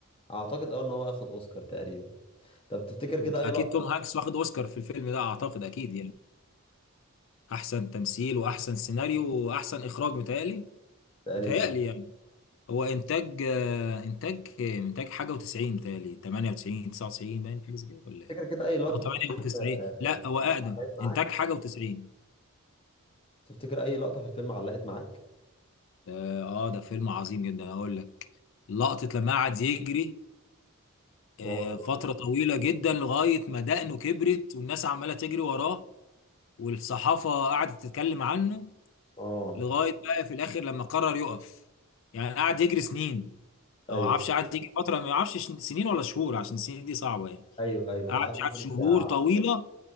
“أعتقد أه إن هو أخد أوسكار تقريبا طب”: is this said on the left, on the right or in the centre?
Left